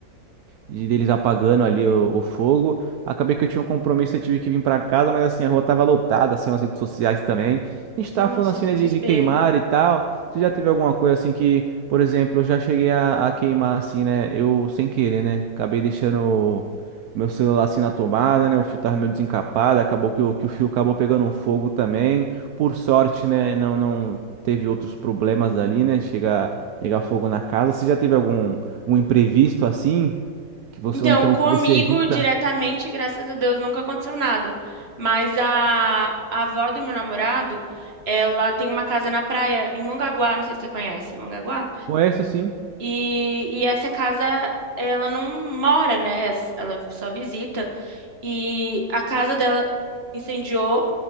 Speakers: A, on the right (about 65°); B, on the right (about 35°).
A: de deles apagando ali o, o fogo. Acabei que eu tinha um compromisso, eu tive que vir para casa, mas assim, a rua tava lotada, saiu nas redes sociais também. A gente
B: Nossa,
A: tava falando assim,
B: que
A: né,
B: desespero.
A: de, de queimar e tal. Você já teve alguma coisa assim que, por exemplo, eu já cheguei a, a queimar assim, né? Eu sem querer, né? Acabei deixando o o meu celular assim na tomada, né? O fio tava meio desencapado, acabou que o, que o fio acabou pegando um fogo também. Por sorte, né? Não, não teve outros problemas ali, né? Chegar, pegar fogo na casa. Você já teve algum um imprevisto assim? que você
B: Então,
A: ou então
B: comigo
A: que você evita.
B: diretamente, graças a Deus, nunca aconteceu nada. Mas a, a avó do meu namorado, ela tem uma casa na praia, em Mongaguá, não sei se você conhece, Mongaguá?
A: Conheço sim.
B: E, e essa casa, ela não mora, né? Ela só visita. E a casa dela incendiou.